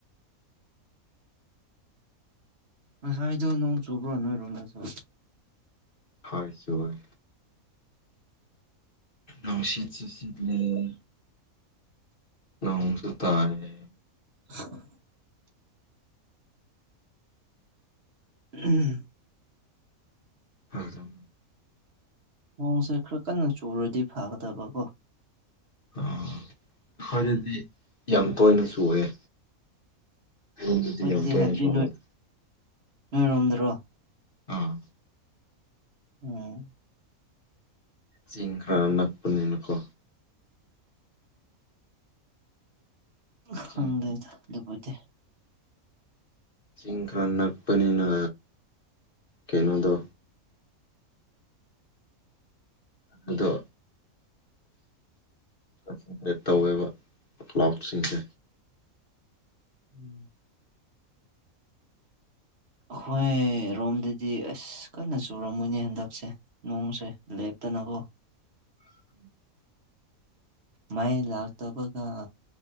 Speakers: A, on the right (about 50°); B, on the left (about 45°).
A: ꯉꯁꯥꯏꯗꯣ ꯅꯣꯡ ꯆꯣꯕ꯭ꯔꯣ ꯑꯣꯏꯔꯣꯝꯗꯁꯨ
B: ꯍꯣꯏ ꯆꯨꯏꯋ‌ꯦ ꯑꫭꯡ ꯁꯤ ꯁꯤ ꯁꯤꯠ ꯆꯤꯠꯂꯩ ꯅꯣꯡꯁꯨ ꯇꯥꯑ‌ꯦ
A: <unintelligible> ꯎꯝ
B: ꯍꯣꯏꯖꯝ
A: ꯑꯣꯡꯁꯦ ꯈꯔ ꯀꯟꯅ ꯆꯨꯔꯗꯤ ꯐꯒꯗꯕ ꯀꯣ
B: ꯑꯥ ꯑꯩꯈꯣꯏ ꯗꯗꯤ ꯌꯥꯝ ꯇꯣꯏꯅ ꯆꯨꯏꯑꯦ ꯈꯩꫪꫭꯝꯗꯤ
A: ꯑꯩꯈꯣꯏꯗꯗꯤ
B: ꯌꯥꯝ ꯇꫭꯅ
A: ꯍꯥꯏꯕꯗꯤ
B: ꯆꯨꯏꯌ‌ꯦ
A: ꯅꯣꯏ ꯅꯣꯏꯔꯣꯝꯗꯔꯣ
B: ꯑꯥ
A: ꯎꯝ
B: ꯆꯤꯡ ꯈꯔ ꯅꯛꯄꯅꯤꯅꯀꯣ
A: ꯍꯪꯗ‌‌ꯦꯗ
B: ꯆꯤꯡ
A: ꯑꯗꯨꯄꯨ ꯂꯩꯇ‌ꯦ
B: ꯆꯤꯡ ꯈꯔ ꯅꯛꯄꯅꯤꯅ ꯀꯩꯅꯣꯗꯣ ꯑꯗꯣ ꯀꯛ ꯆꯤꯡꯗ ꯇꯧꯋꯦꯕ ꯀ꯭ꯂꯥꯎꯠꯁꯤꯡꯁꯦ
A: ꯎꯝ ꯑꯩꯈꯣꯏ ꯔꯣꯝꯗꯗꯤ ꯑꯁ ꯀꯟꯅ ꯆꯨꯔꯝꯃꯨꯅꯦ ꯍꯟꯗꯛꯁꯦ ꯅꯣꯡꯁꯦ ꯂꯦꯞ ꯇꯟꯅꯒꫭ
B: <inaudible> <inaudible>
A: ꯃꯩꯏ ꯂꯥꯛꯇꯕꯒ